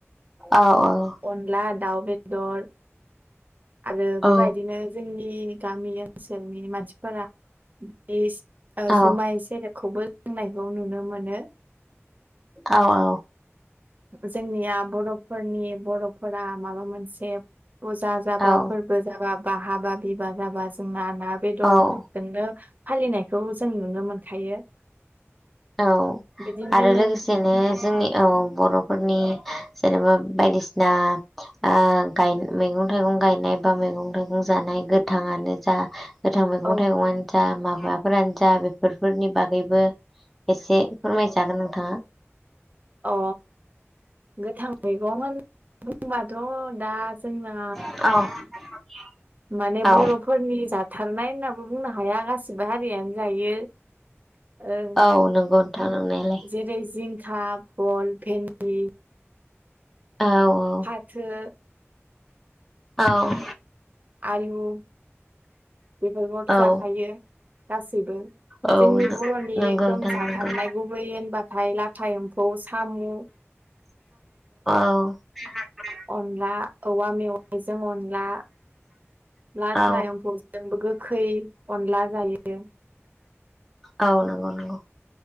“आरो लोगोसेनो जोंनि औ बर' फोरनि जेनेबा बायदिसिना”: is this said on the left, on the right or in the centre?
Centre